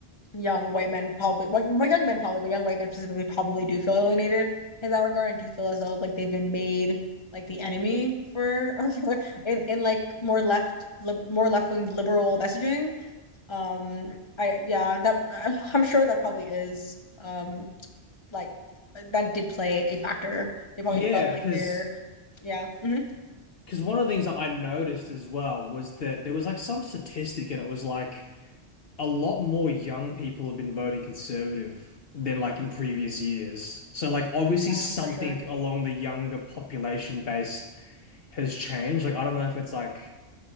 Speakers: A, on the left; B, on the left.
A: young white men probably, well, more young men probably, but young white men specifically probably do feel alienated in that regard and do feel as though like they've been made like the enemy for <laughs> in in like more left lib more left-wing liberal messaging um, I yeah, that <laughs> I'm sure that probably is um like that did play a factor. They probably
B: Yeah,
A: felt like
B: because
A: they're yeah, mhm,
B: because one of the things that I noticed as well was that there was like some statistic and it was like a lot more young people have been voting conservative than like in previous years. So like obviously
A: yeah,
B: something
A: for sure.
B: along the younger population base has changed. Like I don't know if it's like